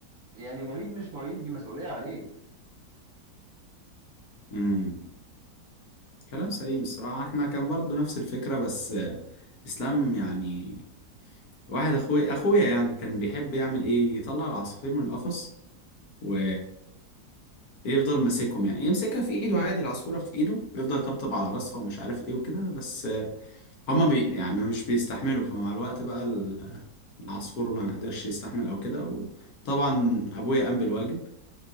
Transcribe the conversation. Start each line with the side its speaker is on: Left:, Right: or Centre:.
Right: يعني مريض مش مريض دي مسؤولية عليك،
Left: امم كلام سليم الصراحة احنا كان برضو نفس الفكرة بس آه، اسلام يعني واحد اخوي اخويا يعني كان بيحب يعمل ايه يطلع العصافير من القفص و يفضل ماسكهم يعني يمسكها في ايده عادي العصفورة في ايده ويفضل يطبطب على راسها ومش عارف ايه وكده بس هما بي يعني مش بيستحملوا فمع الوقت بقى ال- العصفور ما قدرش يستحمل او كده وطبعا ابويا قام بالواجب